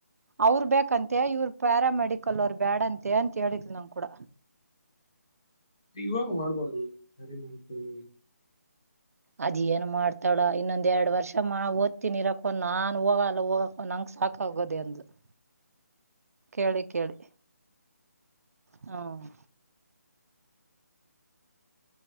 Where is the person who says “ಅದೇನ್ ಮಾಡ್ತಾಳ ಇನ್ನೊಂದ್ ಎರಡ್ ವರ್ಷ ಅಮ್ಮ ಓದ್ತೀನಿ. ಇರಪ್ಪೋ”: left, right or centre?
Right